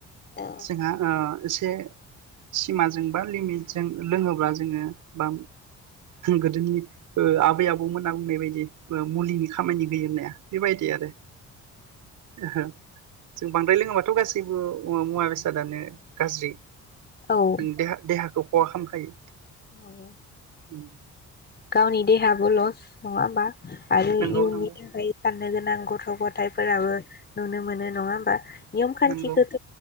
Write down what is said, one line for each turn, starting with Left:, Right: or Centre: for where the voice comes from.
Left: औ
Right: जोंहा ओ सि से सिमाजों बा लिमिटजों लोङोब्ला जोङो बा गोदोनि ओ आबै आबौमोना बुंनाय बायदि ओ मुलिनि खामानि होयो होननाया बेबायदि आरो ओहो जों बांद्राय लोंबा थ गासैबो मुवा बेसादानो गाज्रि
Left: औ
Right: नों देहा-देहाखौ खहा खाम <unintelligible>
Left: <unintelligible>
Right: उम
Left: गावनि देहायाबो लस नङा होमबा? आरो
Right: नंगौ
Left: इयुननि
Right: नंगौ
Left: थाखाय <unintelligible> गोनां गथ गथायाइफोराबो नुनो मोनो नङा होमबा नियम खान्थिखौथ
Right: नंगौ